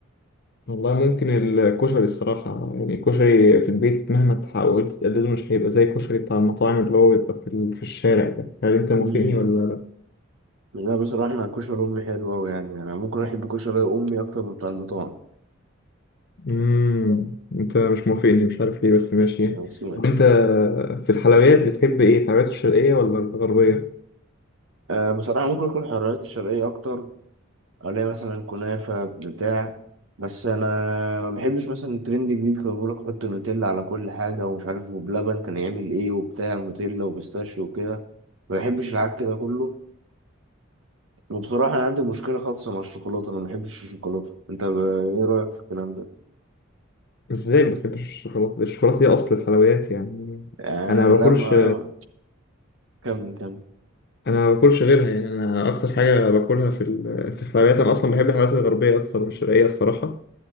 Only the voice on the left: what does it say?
والله ممكن الكشري الصراحة يعني الكشري في البيت مهما تحاول تقلده مش هيبقى زي الكشري بتاع المطاعم اللي هو بيبقى في, ال- في الشارع ده هل أنت موافقني
ولا لأ؟
مم. أنت مش موافقني مش عارف ليه بس ماشي
طب أنت في الحلويات بتحب إيه؟ الحلويات الشرقية ولا الغربية؟
ازاي ما بتحبش الشوكولاته الشوكولاته دي اصل الحلويات يعني
انا ما
باكلش
انا ما باكلش غيرها يعني انا اكتر حاجه باكلها في ال- في الحلويات انا اصلا بحب الحلويات الغربيه اكتر من الشرقيه الصراحه